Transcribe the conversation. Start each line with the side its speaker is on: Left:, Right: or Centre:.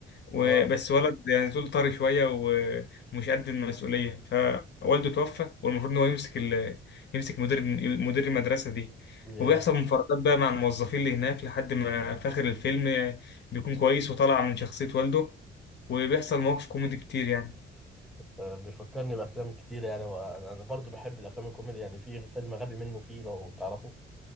Left: وبس
Centre: اه
Left: ولد يعني زول طري شوية و- ومش قد المسؤولية فوالده توفى والمفروض إن هو يمسك ال... يمسك مدير مدير المدرسة دي
Centre: ياه
Left: وبيحصل مفارقات بقى مع الموظفين اللي هناك لحد ما في آخر الفيلم بيكون كويس وطالع من شخصية والده وبيحصل مواقف كوميدي كتير يعني
Centre: آه، بيفكرني بافلام كتير يعني وانا أنا برضو بحب الافلام الكوميدي يعني في فيلم غبي منه فيه لو تعرفه